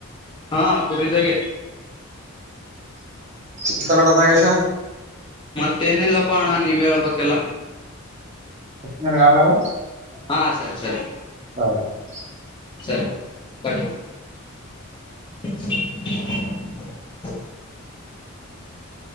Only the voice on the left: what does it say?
ಹಾ ಕುರಿದಾಗ
ಮತ್ತೇನಿಲ್ಲಪ್ಪಣ ನೀವ್ ಹೇಳ್ಬೇಕಲ್ಲ.
ಹಾ ಸರಿ ಸರಿ
ಸರಿ ಬಟ್ಟ <inaudible>